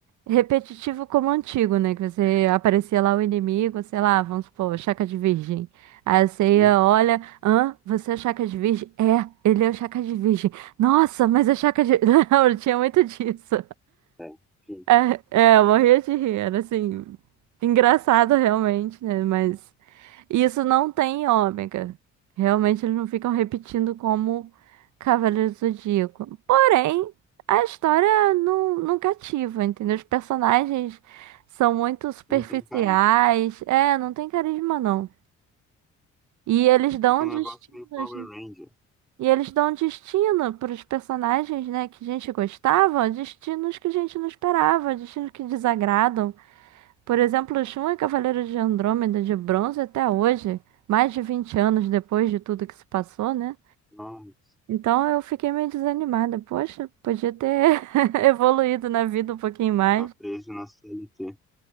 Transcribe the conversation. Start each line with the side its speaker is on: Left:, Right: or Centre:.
Right: repetitivo como o antigo, né? Que você aparecia lá o inimigo, sei lá, vamos supor, Chaka de Virgem. Aí você
Centre: Uhum.
Right: ia, olha, hã? Você é o Chaka de Virgem? É, ele é o Chaka de Virgem. Nossa, mas é Chaka de. <laughs> Não, eu tinha muito disso.
Centre: É, sim.
Right: É, é, eu morria de rir, era assim, engraçado realmente, né? Mas. E isso não tem em ômega. Realmente eles não ficam repetindo como Cavaleiro do Zodíaco. Porém, a história não, não cativa, entendeu? Os personagens são muito superficiais.
Centre: Não tem carisma.
Right: É, não tem carisma, não. E eles dão
Centre: Fica um
Right: um destinos,
Centre: negócio meio Power
Right: né?
Centre: Ranger.
Right: E eles dão um destino para os personagens, né, que a gente gostava, destinos que a gente não esperava, destinos que desagradam. Por exemplo, Shun é Cavaleiro de Andrômeda de bronze até hoje, mais de 20 anos depois de tudo que se passou, né?
Centre: Não,
Right: Então eu fiquei meio desanimada. Poxa, podia ter <laughs> evoluído na vida um pouquinho mais.
Centre: tá preso na CLT.